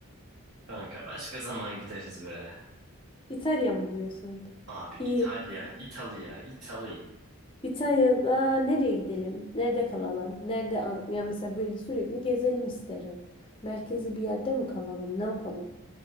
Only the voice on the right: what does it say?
Kanka başka zaman gideriz be.
Abi
İtalya, İtalya, İtalya.